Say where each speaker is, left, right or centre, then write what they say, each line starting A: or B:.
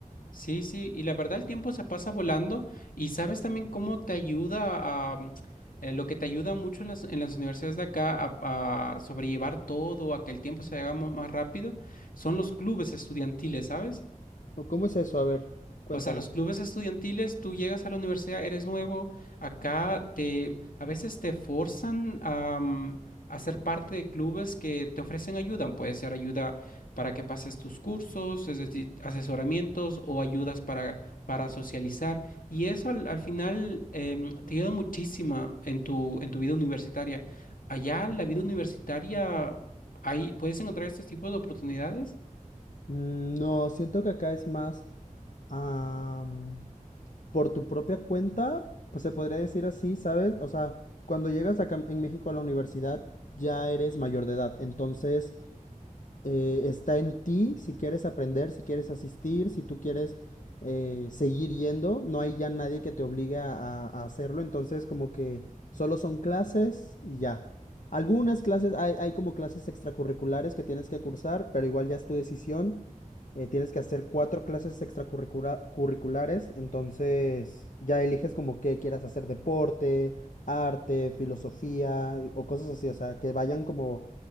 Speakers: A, on the left (about 85°); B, on the left (about 65°).
A: Sí, sí. Y la verdad, el tiempo se pasa volando. Y sabes también cómo te ayuda a... mm, eh, lo que te ayuda mucho en las, en las universidades de acá a, a sobrellevar todo, a que el tiempo se haga mo- más rápido, son los clubes estudiantiles, ¿sabes?
B: ¿O cómo es eso? A ver, cuéntame.
A: O sea, los clubes estudiantiles, tú llegas a la universidad, eres nuevo, acá te a veces te forzan a, mm, a ser parte de clubes que te ofrecen ayuda. Puede ser ayuda para que pases tus cursos, es decir, asesoramientos o ayudas para, para socializar. Y eso al, al final em, te ayuda muchísimo en tu, en tu vida universitaria. Allá, la vida universitaria, ahí puedes encontrar este tipo de oportunidades.
B: Mm, No, siento que acá es más am, por tu propia cuenta, pues se podría decir así, ¿sabes? O sea, cuando llegas acá en México a la universidad ya eres mayor de edad, entonces eh, está en ti si quieres aprender, si quieres asistir, si tú quieres eh, seguir yendo, no hay ya nadie que te obligue a, a hacerlo, entonces como que solo son clases y ya. Algunas clases, hay, hay como clases extracurriculares que tienes que cursar, pero igual ya es tu decisión eh, tienes que hacer cuatro clases extracurriculares, entonces ya eliges como qué quieras hacer, deporte, arte, filosofía y- o cosas así, o sea, que vayan como